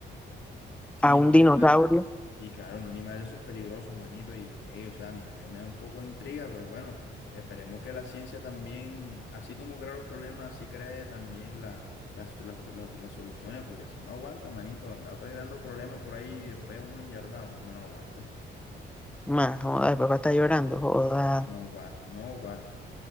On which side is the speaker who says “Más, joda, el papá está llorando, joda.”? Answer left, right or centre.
Centre